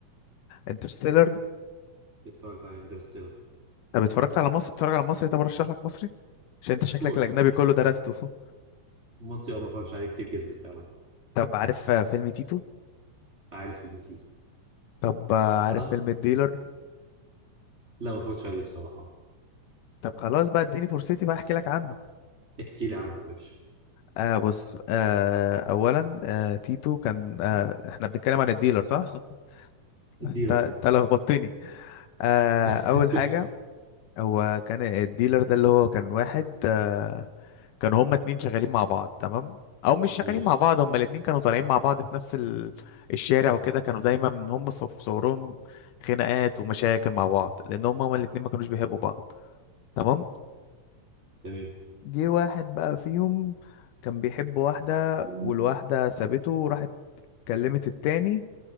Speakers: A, on the left; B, on the right.
A: انترستيلر
B: اتفرجت على انترستيلر
A: طب اتفرجت على مصر بتتفرج على مصري طب ارشح لك مصري عشان انت شكلك
B: شور
A: الاجنبي
B: ما
A: كله درسته
B: المصري ما اتفرجش عليه كتير جدا فعلا
A: <laughs> طب عارف آه، فيلم تيتو
B: عارف قيمتيته
A: طب آه، عارف
B: ها
A: فيلم الديلر
B: لا ما اتفرجتش عليه الصراحه
A: طب خلاص بقى اديني فرصتي بقى احكي لك عنه
B: احكي لي عنه يا باشا
A: آه بص آه اولا آه تيتو كان آه احنا بنتكلم عن الديلر صح <laughs>
B: اديله
A: انت انت
B: رأي.
A: لخبطتني آه
B: <laughs>
A: اول حاجه هو كان الديلر ده اللي هو كان واحد آه كانوا هما اتنين شغالين مع بعض تمام او مش شغالين
B: ماشي
A: مع بعض هما الاتنين كانوا طالعين مع بعض في نفس ال... الشارع وكده كانوا دايما من هما صف- في صورهم خناقات ومشاكل مع بعض لان هما هما الاتنين ما كانوش بيحبوا بعض تمام
B: تمام
A: جه واحد بقى فيهم كان بيحب واحدة
B: مم.
A: والواحدة سابته وراحت كلمت التاني